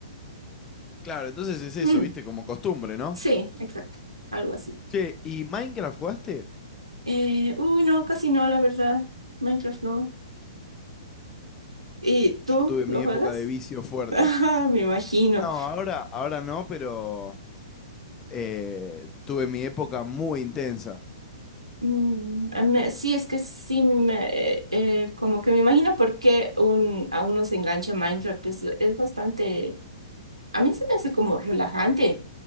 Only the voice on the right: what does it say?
Mm,
sí, exacto. Algo así.
Eh, uy, no, casi no, la verdad. Minecraft no. ¿Y tú
lo
juegas?
<laughs> Ajá, me imagino.
Mm, a me- sí, es que sí, me, eh, eh, como que me imagino por qué un, a uno se engancha Minecraft. Es, es bastante, a mí se me hace como relajante.